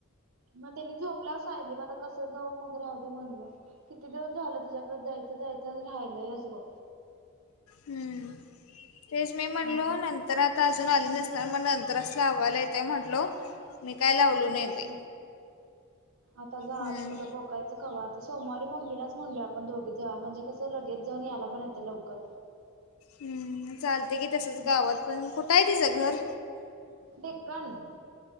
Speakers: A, on the right; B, on the left.
A: म त्यानी झोपल्यावर सांगितली म आता कसं जाऊ मग राहूदे दे म्हणलो किती दिवस झालं तिज्याकड जायचं जायचं आणि रायलंयचं बघ
B: हूं तेच मी
A: म्हणून
B: म्हटलो नंतर आता अजून आली नसणार म नंतरचं लावालय येतंय म्हटलो मी काय लावलो
A: गेलोच
B: नाय बय
A: नाही. आता जा
B: हम्म
A: तो आता बघ कायचं कवा आता सोमवारी मम्मीलाच म्हणलो आपण दोघीचं जाऊया म्हणजे कसं लगेच जाऊन यायला पण येत लवकर.
B: हूं चालतय की तसंच
A: असं
B: गावात पण कुठं हाय तिचं घर
A: डेक्कन -